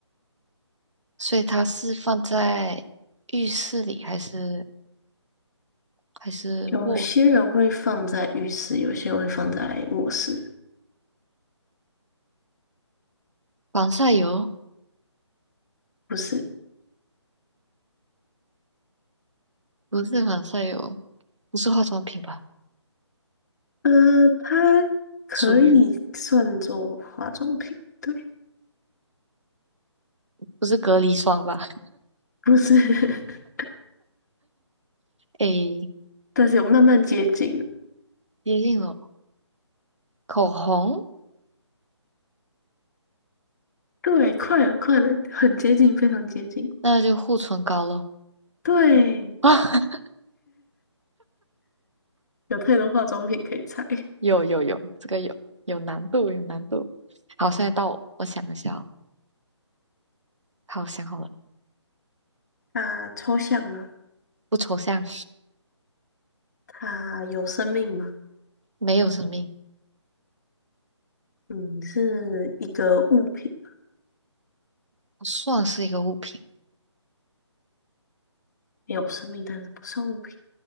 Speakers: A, on the right; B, on the left.
A: 所以它是放在浴室里还是还是卧？
B: 有些人会放在浴室，有些人会放在卧室，
A: 防晒油？
B: 不是，
A: 不是防晒油，不是化妆品吧？
B: 呃，它可以算作化妆品，
A: 属于
B: 对，
A: 不是隔离霜吧？
B: 不是，<laughs>
A: 诶，
B: 但是有慢慢接近，
A: 接近了，口红，
B: 对，快了，快了，很接近，非常接近。
A: 那就护唇膏喽。
B: 对，
A: <laughs> 啊，
B: 有太多化妆品可以猜。<laughs>
A: 有有有，这个有有难度，有难度。好，现在到我，我想一下哦。好，想好了，
B: 它抽象了，
A: 不抽象，
B: 它有生命吗？
A: 没有生命，
B: 嗯，是一个物品，
A: 不算是一个物品，
B: 没有生命，但是不算物品。